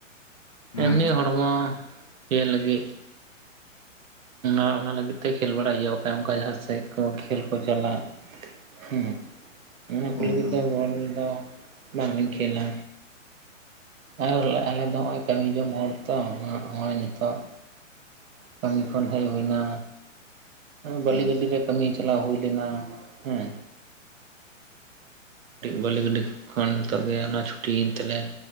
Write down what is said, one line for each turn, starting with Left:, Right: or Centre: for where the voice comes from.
Left: ᱦᱮᱸ
Right: ᱮᱢᱱᱤ ᱦᱚᱲᱢᱚ ᱤᱭᱟᱹ ᱞᱟᱹᱜᱤᱫ ᱟᱨ ᱚᱱᱟ ᱞᱟᱹᱜᱤᱫ ᱛᱮ ᱠᱷᱮᱞ ᱵᱟᱲᱟᱭ ᱦᱩᱭᱩᱜ ᱠᱷᱟᱱ ᱚᱱᱠᱟ ᱡᱟᱦᱟᱸ ᱥᱮᱫ ᱠᱚ ᱠᱷᱮᱞ ᱠᱚ ᱪᱟᱞᱟᱜ ᱦᱮᱸ ᱚᱱᱟ
Left: ᱦᱮᱸ
Right: ᱠᱚ ᱞᱟᱹᱜᱤᱫ
Left: ᱦᱮᱸ
Right: ᱫᱚ ᱵᱚᱞ ᱫᱚ ᱵᱟᱝᱞᱤᱧ ᱠᱷᱮᱞᱟ ᱟᱨ ᱟᱞᱮ ᱫᱚ ᱱᱚᱜᱼᱚᱭ ᱠᱟᱹᱢᱤ ᱡᱚᱝ ᱦᱚᱲ ᱛᱚ ᱦᱚᱸᱜᱼᱚᱭ ᱱᱤᱛᱚᱜ ᱠᱟᱹᱢᱤ ᱠᱷᱚᱱ ᱦᱮᱡ ᱦᱩᱭᱱᱟ
Left: ᱟᱪᱪᱷᱟ
Right: ᱵᱟᱹᱞᱤ
Left: ᱟᱪᱪᱷᱟ
Right: ᱜᱟᱹᱰᱤ ᱨᱮ ᱠᱟᱹᱢᱤ ᱪᱟᱞᱟᱣ ᱦᱩᱭ ᱞᱮᱱᱟ ᱦᱮᱸ ᱵᱟᱹᱞᱤ ᱜᱟᱹᱰᱤ ᱠᱷᱚᱱ ᱱᱤᱛᱚᱜ ᱜᱮ ᱚᱱᱟ ᱪᱷᱩᱴᱤᱭᱮᱱ ᱛᱮᱞᱮ